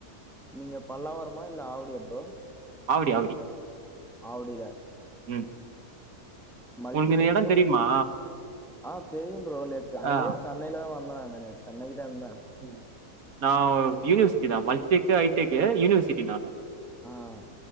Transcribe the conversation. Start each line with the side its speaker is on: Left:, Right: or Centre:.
Centre: நீங்க பல்லாவரமா இல்ல ஆவடியா ப்ரோ
Right: ஆவடி ஆவடி
Centre: ஆவடில
Right: ம்
Centre: மல்டிடெக்
Right: உங்களுக்கு இந்த இடம் தெரியுமா
Centre: ஆஹ் தெரியும் ப்ரோ நேத்து அங்கதான்
Right: ஆ
Centre: சென்னையில தான் வந் <unintelligible> சென்னை இப்ப என்ன
Right: ம். நான் யூனிவர்சிட்டி தான் மல்ட்டிடெக் ஐடெக் யூனிவர்சிட்டி நானு
Centre: ஆஹ்